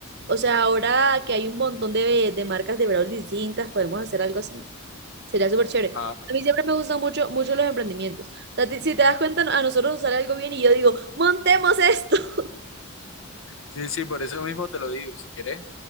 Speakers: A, on the right (about 50°); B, on the left (about 65°).
A: O sea, ahora que hay un montón de, de marcas de brownies distintas, podemos hacer algo así. Sería súper chévere.
B: Ah.
A: A mí siempre me gustan mucho, mucho los emprendimientos. O sea, ti- si te das cuenta, a nosotros nos sale algo bien y yo digo, montemos esto. <laughs>
B: Sí, sí, por eso mismo te lo digo. Si quieres,